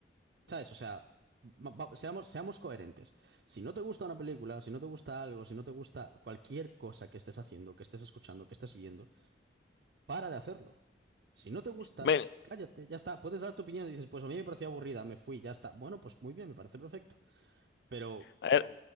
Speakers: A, on the right (about 60°); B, on the left (about 65°).
A: ¿Sabes? O sea, va- va- seamos, seamos coherentes. Si no te gusta una película, si no te gusta algo, si no te gusta cualquier cosa que estés haciendo, que estés escuchando, que estés viendo, para de hacerlo. Si no te gusta,
B: Ven,
A: cállate, ya está. Puedes dar tu opinión y dices, pues a mí me pareció aburrida, me fui, ya está. Bueno, pues muy bien, me parece perfecto. Pero,
B: a ver,